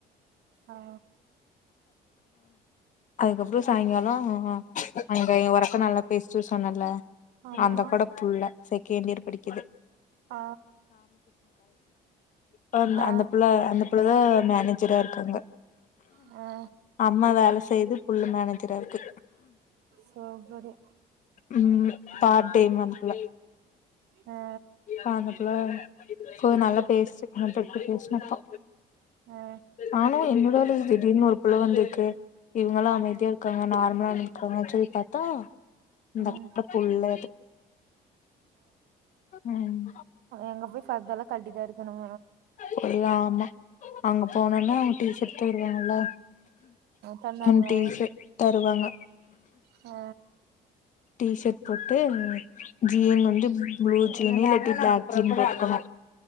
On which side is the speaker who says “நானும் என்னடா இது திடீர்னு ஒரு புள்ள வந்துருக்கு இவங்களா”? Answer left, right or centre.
Left